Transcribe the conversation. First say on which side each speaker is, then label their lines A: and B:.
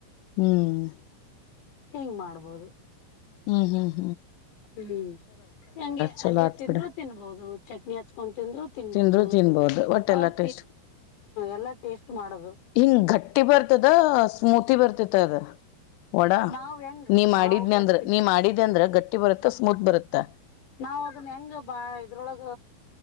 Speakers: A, on the left; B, on the left.
A: ಹ್ಮ್ -
B: ಹಿಂಗ್ ಮಾಡ್ಬೋದು.
A: ಹ್ಮ್ -
B: ಹ್ಮ್ ಹಗೆ
A: ಚಲೋ
B: ಹಗೆ
A: ಆತ್
B: ತಿಂದ್ರರು
A: ಬಿಡ
B: ತಿನ್ಬಹದು ಚಟ್ನಿ. ಹಂಗ ತಿಂದ್ರು ತಿನ್ಬೋದು
A: ತಿಂದ್ರು ತಿನ್ಬೋದು ಒಟ್ಟೆಲ್ಲಾ
B: ಅವ್ರ
A: ಟೇಸ್ಟ್
B: ಎಲ್ಲಾ ಟೇಸ್ಟ್ ಮಾಡದು.
A: ಹಿಂಗ್ ಗಟ್ಟಿ ಬರ್ತದ ಸ್ಮೂತಿ ಬರ್ತದ ಅದ. ಓಡಾ
B: ನಾವ್ ಹೆಂಗ
A: ನೀ ಮಾಡಿದನ
B: ನಾವ್ ಗಟ್ಟಿ
A: ಅಂದ್ರ ನೀ ಮಾಡಿದಿ ಅಂದ್ರ ಗಟ್ಟಿ ಬರುತ್ತ ಸ್ಮೂತ್ ಬರುತ್ತಾ.
B: ನಾವ್ ಅದನ್ ಹೆಂಗ ಬಾ ಇದ್ರೊಳಗ.